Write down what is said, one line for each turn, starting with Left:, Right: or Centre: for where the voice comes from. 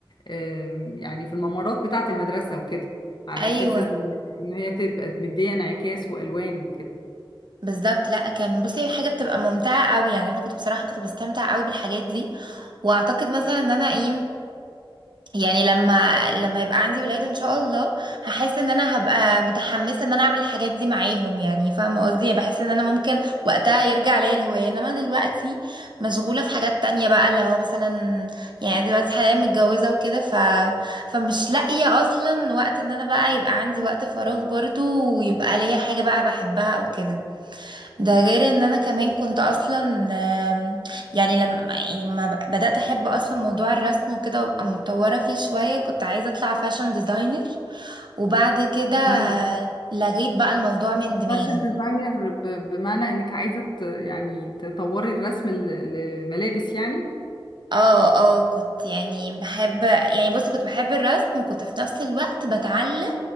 Left: آم، يعني في الممرات بتاعة المدرسة وكده على
Right: ايوه
Left: أساس إن إن هي تبقى مدية انعكاس وألوان وكده
Right: بالظبط لا كان بصي حاجه بتبقى ممتعه قوي يعني انا كنت بصراحه كنت بستمتع قوي بالحاجات دي واعتقد مثلا ان انا ايه يعني لما لما يبقى عندي ولاد ان شاء الله هحس ان انا هبقى متحمسه ان انا اعمل الحاجات دي معاهم يعني فاهمه قصدي يعني بحس ان انا ممكن وقتها يرجع ليا الهوايه انما دلوقتي مشغوله في حاجات تانية بقى اللي هو مثلا يعني دلوقتي حاليا متجوزه وكده ف فمش لاقيه اصلا وقت ان انا بقى يبقى عندي وقت فراغ برضه ويبقى ليا حاجه بقى بحبها او كده ده غير ان انا كمان كنت اصلا آم، يعني لما يعني ما ب- بدأت احب اصلا موضوع الرسم وكده وابقى متطورة فيه شوية كنت عايزة اطلع فاشن ديزاينر وبعد كده
Left: مم.
Right: لغيت بقى الموضوع من دماغي
Left: فاشن ديزاينر ب- بمعنى إنك عايزة ت- يعني تطوري الرسم ل- لملابس يعني
Right: اه اه كنت يعني بحب يعني بصي كنت بحب الرسم وكنت في نفس الوقت بتعلم